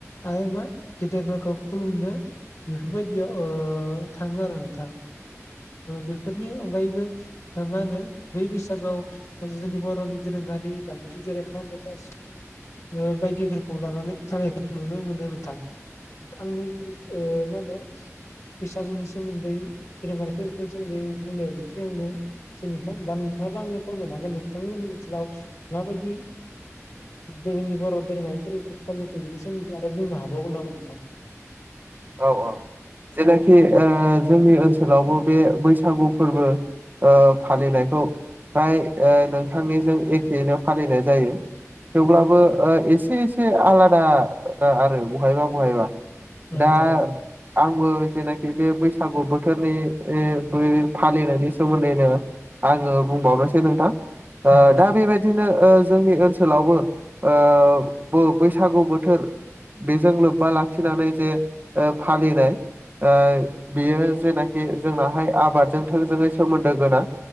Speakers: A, on the left; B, on the right.
A: आरो मा गेदेरफोरखौ खुलुमनो बेफोरबायदियाव थाङो आरो नोंथां बेफोरनि अनगायैबो मा होनो बै बैसागोआव जोंनि बर'नि दोरोङारि दामजु जेरै खाम जथा सि बायदिफोरखौ लानानै जानायखौ नुनो मोनो नोंथां। आंनि ओ मा होनो बैसागुनि सोमोन्दै धोरोमारिफोरनि सोमोन्दै बुंनाय बेखिनियावनो नोंथां दा नोंथाङाबो आंनो फोरमायनो हागोन नोंथांमोननि ओनसोलाव माबायदि जोंनि बर' दोरोङारि फोर-फालिथाय बेनि सोमोन्दै आरो बुंनो हाबावगोन नामा नोंथां?
B: औ औ जेनाखि खि ओ जोंनि ओनसोलावबो बे बैसागु फोरबो ओ फालिनायखौ फ्राय ओ नोंथांनिजों एखेनो फालिनाय जायो। थेवब्लाबो ओ एसे एसे आलादा आरो बहायबा बहायबा
A: औ
B: दा
A: नोंथां औ
B: आंबो जेनाखि बे बैसागु बोथोरनि ओ बो फालिनायनि सोमोन्दैनो आङो बुंबावनोसै नोंथां ओ
A: औ नोंथां
B: दा बेबाय बिदिनो ओ जोंनि ओनसोलावबो ओ बो बैसागु बोथोर बेजों लोब्बा लाखिनानै जे फालिनाय बियो जेनाखि जोंनाहाय आबादजों थोंजोङै सोमोन्दो गोनां।